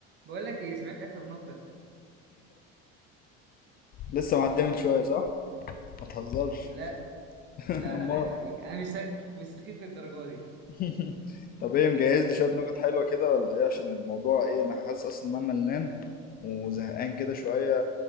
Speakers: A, on the right; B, on the left.
A: بقول لك ايه سمعت اخر نكته
B: لسه معديه من شويه صح؟ ما تهزرش
A: لا
B: <laughs>
A: لا
B: امال
A: لا لا عيب عليك انا مش سخ- مش سخيف للدرجه دي
B: <laughs> طب ايه مجهز لي شويه نكت حلوه كده ولا ايه عشان الموضوع ايه انا حاسس اصلا ان انا ملان وزهقان كده شويه